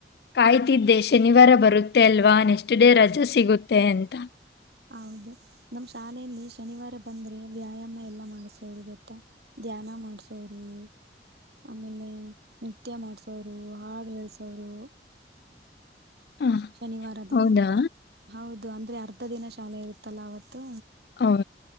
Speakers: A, on the left; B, on the right.
A: ಕಾಯ್ತಿದ್ದೆ ಶನಿವಾರ ಬರುತ್ತೆ ಅಲ್ವಾ ನೆಕಷ್ಟ ಡೇ ರಜೆ ಸಿಗುತ್ತೆ ಅಂತ
B: ಹೌದು ನಮ ಶಾಲೆಯಲ್ಲಿ ಶನಿವಾರ ಬಂದ್ರೆ ವ್ಯಾಯಾಮ ಎಲ್ಲಾ ಮಾಡ್ಸೋದು ಗೊತ್ತಾ ಧ್ಯಾನ ಮಾಡ್ಸೋರು ಆಮೇಲೆ ನೃತ್ಯ ಮಾಡ್ಸೋರು ಹಾಡು ಹೇಳ್ಸೋರು
A: ಆ,
B: ಶನಿವಾರ ದಿನ
A: ಹೌದಾ?
B: ಹೌದು ಅಂದ್ರೆ ಅರ್ಧ ದಿನ ಶಾಲೆ ಇರುತ್ತಲ್ಲ ಅವತ್ತು
A: ಹೌ